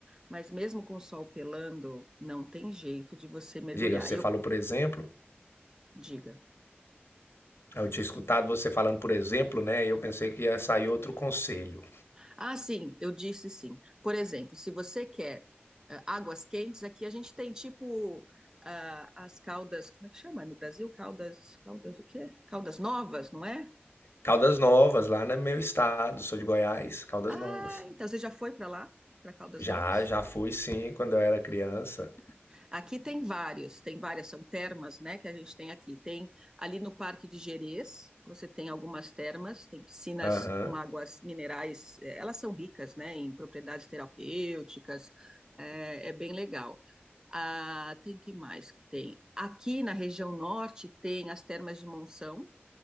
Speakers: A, on the right; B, on the left.
A: mas mesmo com o sol pelando, não tem jeito de você mergulhar.
B: Diga, você
A: Eu,
B: falou por exemplo,
A: diga.
B: eu tinha escutado você falando por exemplo, né, e eu pensei que ia sair outro conselho.
A: Ah, sim, eu disse sim. Por exemplo, se você quer ah, águas quentes, aqui a gente tem tipo ah, as caldas como é que chama no Brasil? caldas caldas o quê? caldas novas, não é?
B: Caldas Novas, lá no meu estado, sou de Goiás, Caldas
A: Ah,
B: Novas.
A: então você já foi para lá, para Caldas
B: Já,
A: Novas?
B: já fui sim, quando eu era criança.
A: Aqui tem vários, tem várias, são termas, né, que a gente tem aqui. Tem ali no Parque de Gerês, você tem algumas termas, tem piscinas
B: Aham.
A: com águas minerais, eh, elas são ricas, né, em propriedades terapêuticas, eh, é, bem legal. Ah, tem que mais que tem? Aqui na região norte tem as termas de Monção,